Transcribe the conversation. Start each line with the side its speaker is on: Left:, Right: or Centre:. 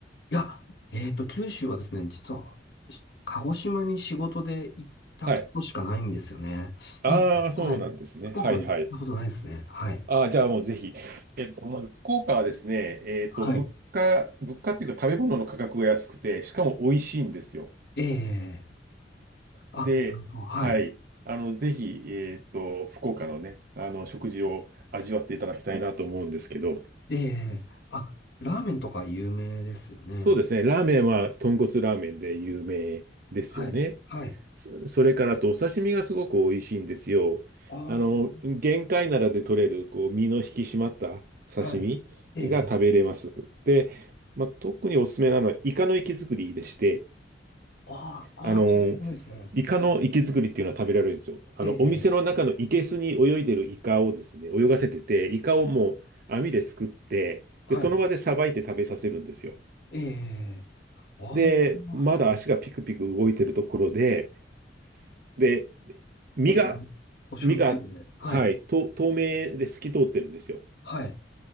Left: や、えーと、九州はですね、実は、し鹿児島に仕事で行ったことしかないんですよね。
Right: はい。ああ、
Left: なん、
Right: そうなんですね。
Left: はい。福岡は行ったことないですね。
Right: はいはい。
Left: はい。
Right: ああ、じゃあもうぜひ。えっと、まず福岡はですね、えっと、
Left: はい。
Right: 物価、物価っていうか食べ物の価格が安くて、しかも美味しいんですよ。
Left: ええあ、
Right: で、
Left: なんか、はい。
Right: はい。あの、ぜひ、えっと、福岡のね、あの、食事を味わっていただきたいなと思うんですけど、
Left: ええ、あ、ラーメンとか有名ですよね。
Right: そうですね。ラーメンは豚骨ラーメンで有名ですよね。
Left: はい。はい。
Right: そそれからあと、お刺身がすごく美味しいんですよ。
Left: あ
Right: あの、玄界灘で取れる、こう、身の引き締まった刺身が食べれます。
Left: あ、はい。ええ、
Right: で、まあ、特におすすめなのは、イカの活き造りでして、
Left: ああ、
Right: あの、
Left: ああ、聞いたことないですね。
Right: イカの活き造りっていうのは食べられるんですよ。
Left: はい。
Right: あの、
Left: ええ、
Right: お店の中の生けすに泳いでるイカをですね、泳がせてて、イカをもう網ですくって、
Left: はい。
Right: で、その場でさばいて食べさせるんですよ。
Left: ええ、ああ、
Right: で、まだ足がピクピク動いてるところで、で、身が、
Left: お醤油、お醤油ついてて。
Right: 身が、
Left: はい。
Right: はい、と、透明で透き通ってるんですよ。
Left: はい。